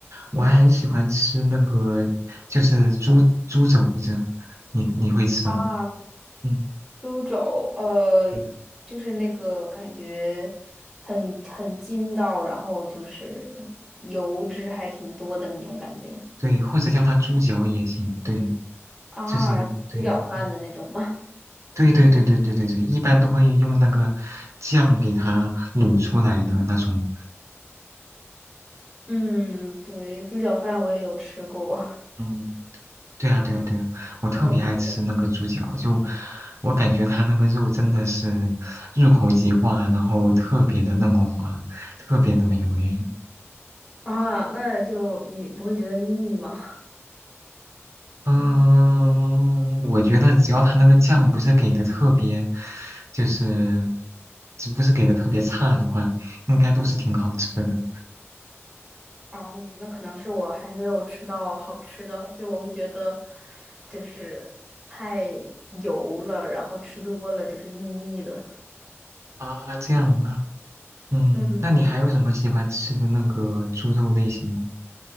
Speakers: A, on the right (about 80°); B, in the centre.
A: 我还很喜欢吃那个，就是猪猪肘子，你你会吃吗？
B: 啊。
A: 嗯。
B: 猪肘，呃，
A: 对
B: 就是那个感觉很很筋道，然后就是油脂还挺多的那种感觉。
A: 对，或者叫它猪脚也行，对，
B: 啊，
A: 就是对，
B: 猪脚饭的那种吗？
A: 嗯对对对对对对对，一般都会用那个酱给它卤出来的那种，
B: <laughs> 嗯，对，猪脚饭我也有吃过，
A: 嗯，对啊对啊对啊，我特别爱吃那个猪脚，
B: 感觉
A: 就我感觉它那个肉真的是入口即化，然后特别的嫩滑，特别的美味。
B: 啊，那就你不会觉得腻吗？
A: 嗯，我觉得只要它那个酱不是给的特别，就是只不是给的特别差的话，应该都是挺好吃的。
B: <laughs> 啊，那可能是我还没有吃到好吃的，就我会觉得就是太油了，然后吃多了就是腻腻的。
A: 啊，这样啊，嗯，
B: 嗯，
A: 那你还有什么喜欢吃的那个猪肉类型吗？